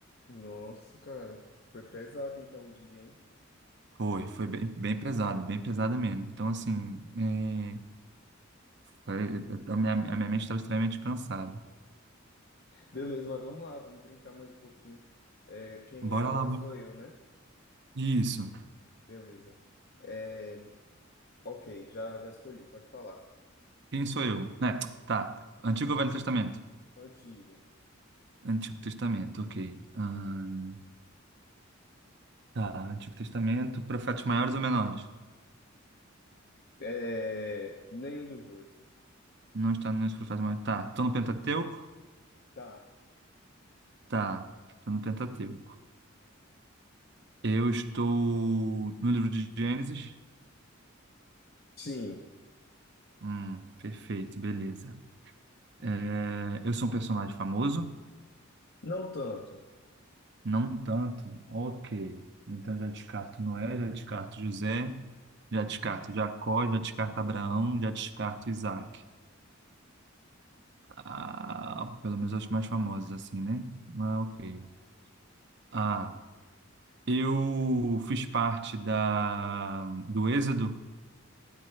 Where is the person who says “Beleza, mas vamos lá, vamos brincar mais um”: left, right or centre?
Left